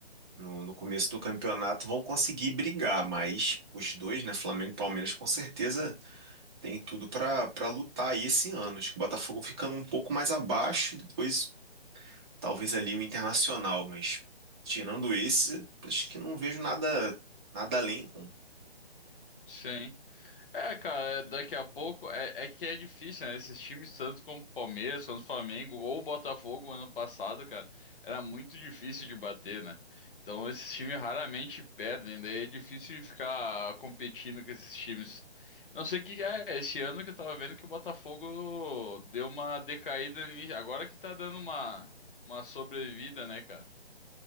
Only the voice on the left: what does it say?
Sim. É, cara, é- daqui a pouco é, é que é difícil, né? Esses times, tanto como Palmeiras, quanto Flamengo ou o Botafogo ano passado, cara, era muito difícil de bater, né? Então esses times raramente perdem, daí é difícil de ficar competindo com esses times. Não sei o que é, esse ano que eu tava vendo que o Botafogo deu uma decaída, ni- agora que tá dando uma, uma sobrevida, né, cara?